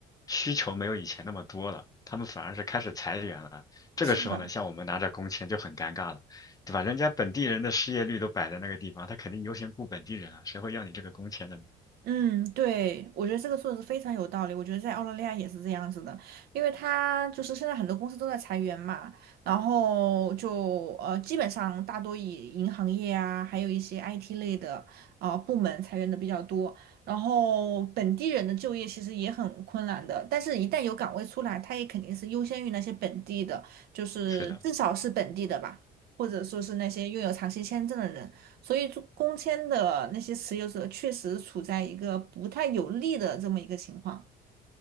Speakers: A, on the left; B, on the right.
A: 需求没有以前那么多了，他们反而是开始裁员了。这个时候呢，
B: 是的。
A: 像我们拿着工签就很尴尬了，对吧？人家本地人的失业率都摆在那个地方，他肯定优先雇本地人啊，谁会要你这个工签的呢？
B: 嗯，对，我觉得这个说的是非常有道理。我觉得在澳大利亚也是这样子的，因为它就是现在很多公司都在裁员嘛，然后就呃，基本上大多以银行业啊，还有一些 IT 类的啊部门裁员的比较多。然后本地人的就业其实也很困难的，但是一旦有岗位出来，它也肯定是优先于那些本地的，就是至少是本地的吧，
A: 是的，
B: 或者说是那些拥有长期签证的人。所以做工签的那些持有者确实处在一个不太有利的这么一个情况。